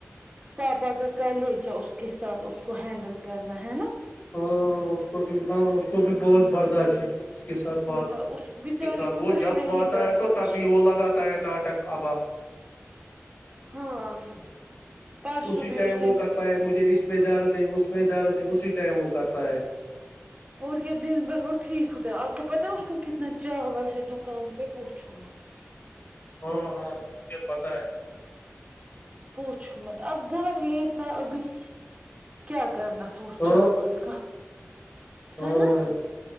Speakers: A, on the right; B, on the left.
A: پاپا کا کالج ہے اس کے ساتھ اس کو ہینڈل کرنا ہے نا
B: ہاں اس کو بھی ہاں اس کو بھی بہت برداشت ہے اس کے ساتھ بات
A: بہت
B: اس
A: بچارے
B: کے ساتھ
A: کو
B: وہ
A: تو
B: جب
A: ہے ہی
B: آتا
A: برداشت
B: ہے تو تبھی وہ لگاتا ہے ناٹک آبا
A: ہاں پرسوں
B: اسی
A: بھی
B: ٹائم
A: اس
B: وہ
A: نے
B: کرتا ہے مجھے اس میں دارد ہے اس میں دارد ہے اسی ٹائم وہ کرتا ہے
A: اور کیا دن بھر وہ ٹھیک ہوتا ہے آپ کو پتاہ ہے اس کو کتنا چاول ہے دکان پہ پوچھوں مت ہ <inaudible>
B: ہاں ہاں ہاں مجھے پتہ ہے
A: پوچھو مت اب گھر لیتا ابھی کیا کرنا تھا اس
B: ہاں
A: چاول کا
B: ہاں
A: ہے نا